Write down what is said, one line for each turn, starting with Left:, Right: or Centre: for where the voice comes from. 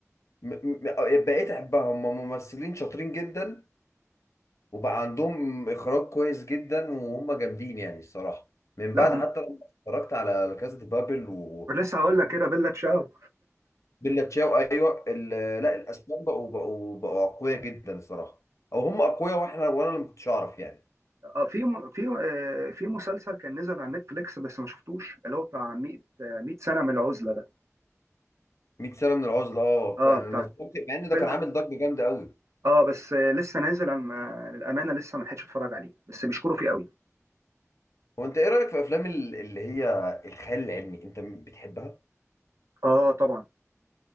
Left: م... م... بقيت احبها هم ممثلين شاطرين جدا وبقى عندهم اخراج كويس جدا وهم جامدين يعني الصراحه من
Right: لا
Left: بعد
Right: هم
Left: حتى لما اتفرجت على لا كاسا دي بابل و...
Right: لسه هقول
Left: و...
Right: لك كده بيلا تشاو
Left: بيلا تشاو ايوه ال... لا الاسبان بقوا بقوا بقوا اقوياء جدا الصراحه او هم اقوياء واحنا وانا اللي ما كنتش اعرف يعني
Right: اه في م- في آه، في مسلسل كان نزل على نتفليكس بس ما شفتوش اللي هو بتاع 100 آه، 100 سنة من العزلة ده
Left: 100 سنه من العزله اه
Right: اه
Left: فعلا
Right: بتاع
Left: لما اتفرجت- مع ان
Right: الفيلم
Left: ده كان عامل ضجه جامده قوي
Right: اه بس آه، لسه نازل انا ما- للأمانة لسه ما لحقتش اتفرج عليه بس بيشكروا فيه قوي
Left: هو انت ايه رايك في افلام ال- اللي هي الخيال العلمي انت م- بتحبها
Right: اه طبعا